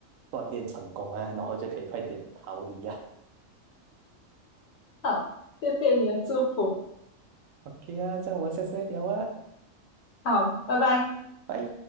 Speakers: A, on the right; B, on the left.
A: 锻炼成功啊，然后就可以快点逃离啊。
B: <laughs> 好，谢谢你的祝福，
A: OK 啊，这样我们下次再聊啊，
B: 好，拜拜。
A: 拜。